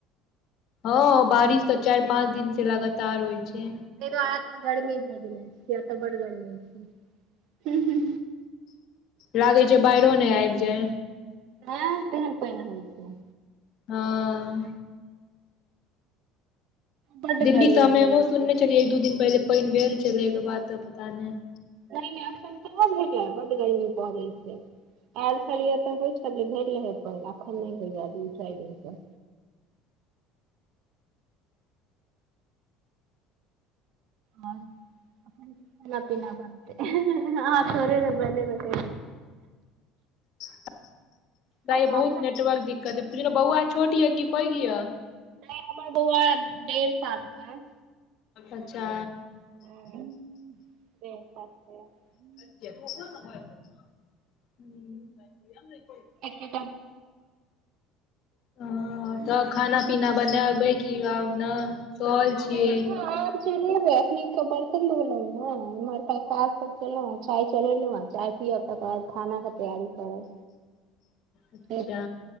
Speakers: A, on the left; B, on the right.
A: हँ बारिश तऽ चारि पाँच दिन से लगातार होइ छै
B: फिर रात में गर्मी भै गेलै कियै ऐतै बड्ड गर्मी छै
A: लागे छै बाहरो नहि आबि जाए
B: ह तेहन पानि होइ छै
A: हँ
B: बड
A: दिल्ली
B: गर्मी
A: सय
B: केने
A: हमहु
B: छै
A: सुनने छलियै एक दू दिन पहिले पानि भेल छलै के बात तऽ पता नहि
B: नहि नहि ऐखन त हो जाय बड्ड गरमी पड़ै हे आयल छलियै तऽ होइ छलै भेल रहै पनि एखन नहि होइये दू चारि दिन सँ आउर अपन खाना पीना बनतै अहाँ थोड़े ने बनेबै तै
A: बुझाइ
B: कहलौं
A: य बहुत
B: अखन
A: नेटवर्क दिक्कत अय पुछलौ बौआ छोट य की पैघ य
B: नै हमर बौआ डेढ़ साल के अइ
A: अच्छा
B: <unintelligible>
A: <unintelligible>
B: एकेटा
A: हं तऽ खाना पीना बनेबै की आब ने सहल छियै
B: नहि नहि चढ़ेबे अखने के बर्तन धोले हं इम्हरका काज सब केलहुं चाय चढ़ेलहुं चाय कर खाना के तैयारी करत
A: अच्छा
B: <unintelligible>